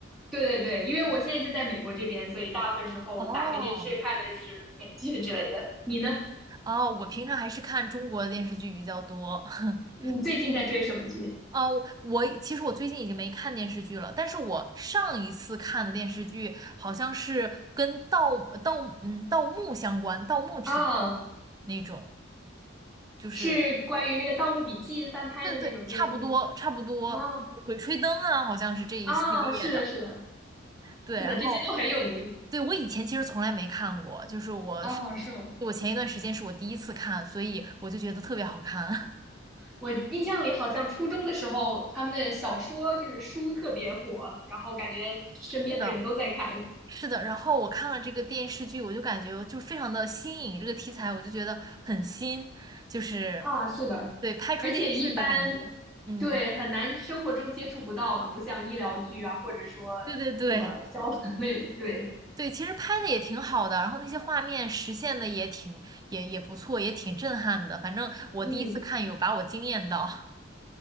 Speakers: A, in the centre; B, on the right.
A: 对对对，因为我现在就在美国这边，所以大部分时候打开电视看的就是美剧之类的。
B: 哦
A: 你呢？
B: 哦，我平常还是看中国的电视剧比较多。<laughs>
A: 你最近在追什么剧？
B: 哦，我其实我最近已经没看电视剧了，但是我上一次看的电视剧好像是跟盗盗嗯盗墓相关，盗墓题材
A: 啊？
B: 那种，就是
A: 是关于那个《盗墓笔记》翻拍的那种电视剧。
B: 对对对，差不多差不多，
A: 啊
B: 就是鬼吹灯》啊，好像是这一系列的，
A: 啊，是的，是的，
B: 对，
A: 是的，
B: 然后
A: 这些都很有名。
B: 对我以前其实从来没看过，就是我是
A: 哦，是吗？
B: 我前一段时间是我第一次看，所以我就觉得特别好看。
A: 我印象里好像初中的时候，他们的小说就是书特别火，然后感觉身边的人都在看。
B: <laughs> 是的，是的，然后我看了这个电视剧，我就感觉就是非常的新颖，这个题材我就觉得很新，就是
A: 啊，是的，
B: 对拍出电视的感觉。
A: 而且一般
B: 嗯，
A: 对，很难生活中接触不到嘛，不像医疗剧啊，或者说
B: 对对对
A: 什么消 <laughs> 防类的。对，
B: 对，其实拍的也挺好的，然后那些画面实现的也挺也也不错，也挺震撼的。反正我第一次看有把我惊艳到。
A: 嗯，